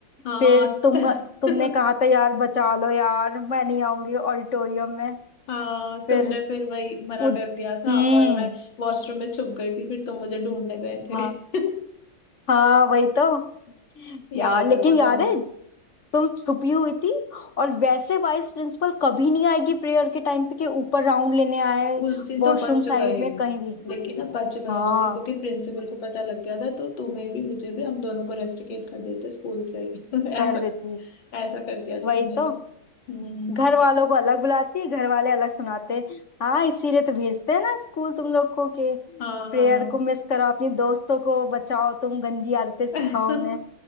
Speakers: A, on the left; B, on the left.
A: हाँ
B: फिर तुम
A: त-
B: तुमने
A: <laughs>
B: कहा था यार बचा लो यार मैं नहीं आऊंगी ऑडिटोरियम में
A: हाँ
B: फिर
A: तुमने फिर वही मना
B: उद
A: कर दिया था
B: हम्म
A: और मैं वॉशरूम में छुप गई थी फिर तुम मुझे ढूंढने गए थे
B: हाँ
A: <laughs>
B: हाँ वही तो यार
A: याद
B: लेकिन
A: है वो
B: याद
A: तो
B: है तुम छुपी हुई थी और वैसे वाइस प्रिंसिपल कभी नहीं आएगी प्रेयर के टाइम पे कि ऊपर राउंड लेने आए
A: उस दिन
B: वॉशरूम
A: तो बच
B: साइड
A: गए
B: में कहीं भी
A: लेकिन अब बच गए
B: हाँ
A: उससे क्योंकि प्रिंसिपल को पता लग गया था तो तुम्हें भी मुझे भी हम दोनों को रेस्टिकेट कर देते स्कूल से ही <laughs>
B: कर
A: ऐसा
B: देती
A: ऐसा कर दिया था
B: वही
A: हमने
B: तो
A: तो हम्म
B: घर वालों को अलग बुलाती घर वाले अलग सुनाते हाँ इसीलिए तो भेजते हैं ना स्कूल तुम लोग को कि
A: हाँ
B: प्रेयर
A: हाँ
B: को मिस करो अपनी दोस्तों को बचाओ तुम गंदी आदतें सिखाओ
A: <laughs>
B: उन्हें